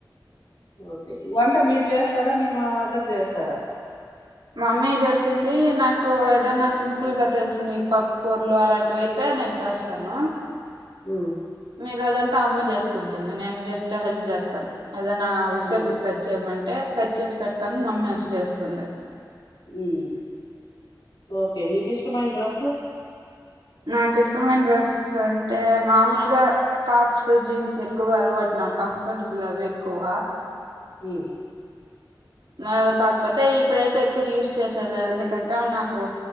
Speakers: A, on the left; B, on the right.
A: ఓకే వంట మీరు జేస్తారా మీ మా దర్ జేస్తారా
B: మమ్మీ జేస్తుంది. నాకు ఏదైనా సింపుల్ గా తెలిసింది. పప్ కూరలు అలాంటివి అయితే టె నేను చేస్తాను
A: ఊమ్
B: మీద అదంతా అమ్మ జేసుకుంటుంది. నేను జస్ట్ హెల్ప్ జేస్తాను. ఏదనా వెజిటేబుల్స్
A: ఉమ్,
B: కట్ చేయమం టే కట్ చేసి పెడతన్ మమ్మీ అచ్చి జేస్తుంది.
A: ఊమ్ ఓకే నీకు ఇష్టమైన డ్రస్స్
B: నాకు ఇష్టమైన డ్రెస్స్ అంటే మామూలుగా టాప్స్, జీన్స్ ఎక్కువగా అలవాట్ నా కంఫర్టబుల్ అవె ఎక్కువ.
A: ఊమ్
B: మ కాకపోతే ఇప్పుడైతే ఎక్కువ యూస్ చేసేలేద్ ఎందుకంటే నాకు